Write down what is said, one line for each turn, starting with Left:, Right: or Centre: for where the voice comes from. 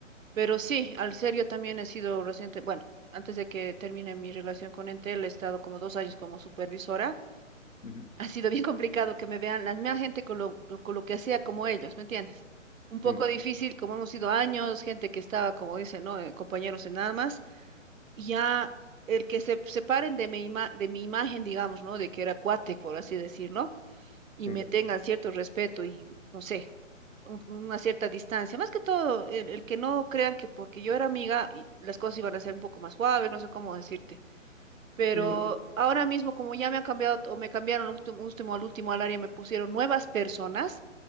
Right: Pero sí, al ser yo también he sido reciente, bueno, antes de que termine mi relación con Entel, he estado como dos años como supervisora. <laughs>
Left: ujú,
Right: Ha sido bien complicado que me vean la misma gente con lo, lo- con lo que hacía como ellos, ¿me entiendes? Un poco
Left: sí,
Right: difícil, como hemos sido años, gente que estaba, como dicen, ¿no? eh, compañeros en armas, y ya el que se separen de mi, ima- de mi imagen, digamos, ¿no? De que era cuate, por así decirlo y
Left: sí,
Right: me tengan cierto respeto y, no sé, un- una cierta distancia. Más que todo, el, el que no crean que porque yo era amiga y las cosas iban a ser un poco más suaves, no sé cómo decirte. Pero
Left: sí, no,
Right: ahora mismo, como ya me han cambiado o me cambiaron al último, último al último al área, me pusieron nuevas personas